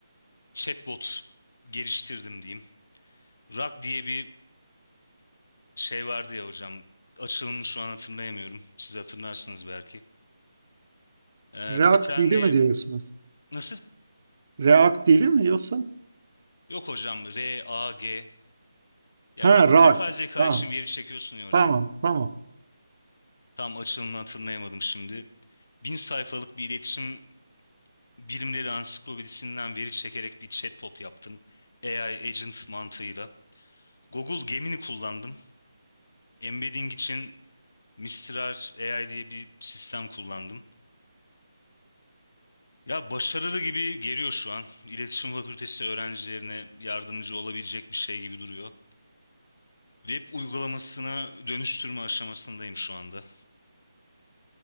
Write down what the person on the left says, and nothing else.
chatbot geliştirdim diyeyim. Rock diye bir şey vardı ya hocam. Açılımını şu an hatırlayamıyorum. Siz hatırlarsınız belki. Ee,
bir tane
nasıl?
Yok hocam R, A, G. Ya
vi-
yapay zeka
için veri çekiyorsun ya hocam.
Tam açılımını hatırlayamadım şimdi. Bin sayfalık bir iletişim bilimleri ansiklopedisinden veri çekerek bir chatbot yaptım. AI agent mantığıyla. Google Gemini kullandım. Embedding için Mistral AI diye bir sistem kullandım. Ya başarılı gibi geliyor şu an. İletişim Fakültesi öğrencilerine yardımcı olabilecek bir şey gibi duruyor. Web uygulamasına dönüştürme aşamasındayım şu anda.